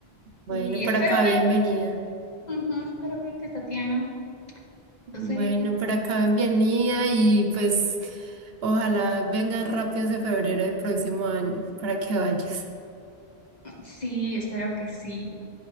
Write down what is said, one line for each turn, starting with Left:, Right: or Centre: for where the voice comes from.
Right: Bueno,
Left: Y
Right: por
Left: espero
Right: acá
Left: verte,
Right: bienvenida.
Left: ujú, espero verte, Tatiana.
Right: Bueno,
Left: Entonces,
Right: por acá bienvenida y pues ojalá vengan rápido ese febrero del próximo año para que vayas.
Left: sí, espero que sí.